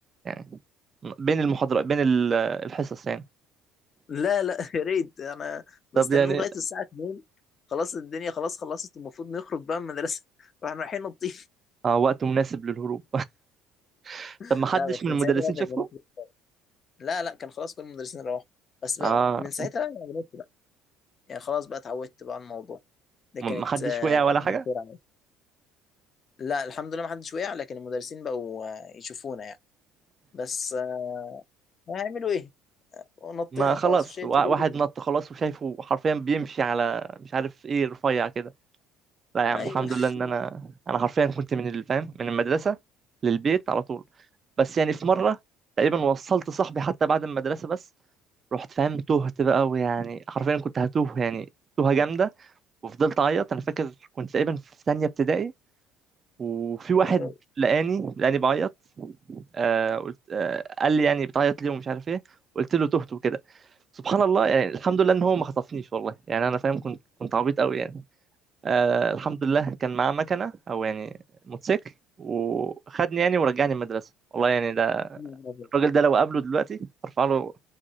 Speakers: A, on the right; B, on the left.
A: يعني بين المحاضرات بين ال- الحصص يعني
B: لا لا يا ريت انا مستنيين
A: طب يعني
B: لغايه الساعه 2 خلاص الدنيا خلاص خلصت المفروض نخرج بقى من المدرسه <laughs> واحنا رايحين نطيف
A: اه وقت مناسب للهروب <laughs>
B: <laughs>
A: طب ما حدش
B: لا بس
A: من
B: من
A: المدرسين
B: ساعتها بقى
A: شافكم
B: بقيت بنط بقى. لا لا كان خلاص كل المدرسين روحوا بس
A: اه
B: بقى من ساعتها بقى بنط بقى يعني خلاص بقى اتعودت بقى على الموضوع ده كانت
A: ما ما حدش
B: آه،
A: وقع ولا
B: فتره
A: حاجة
B: الخير عليا لا الحمد لله ما حدش وقع لكن المدرسين بقوا آه، يشوفونا يعني بس آه، هيعملوا ايه ونطينا
A: ما خلاص
B: خلاص شيء
A: وا-
B: جديد
A: واحد نط خلاص وشايفه حرفيا بيمشي على مش عارف ايه رفيع كده لا يا عم
B: ايوه
A: الحمد لله
B: <laughs>
A: ان انا انا حرفيا كنت من الفام من المدرسه للبيت على طول بس يعني في مره تقريبا وصلت صاحبي حتى بعد المدرسه بس رحت فاهم تهت بقى ويعني حرفيا كنت هتوه يعني توهه جامده وفضلت اعيط انا فاكر كنت تقريبا في ثانيه ابتدائي وفي واحد
B: يا نهار أبيض.
A: لقاني لقاني بعيط آه قلت آه قال لي يعني بتعيط ليه ومش عارف ايه قلت له تهت وكده سبحان الله يعني الحمد لله ان هو ما خطفنيش والله يعني انا فاهم كنت كنت عبيط قوي يعني آه الحمد لله كان معاه مكنه او يعني موتوسيكل وخدني يعني ورجعني المدرسه والله يعني ده
B: يا نهار أبيض.
A: الراجل ده لو قابله دلوقتي ارفع له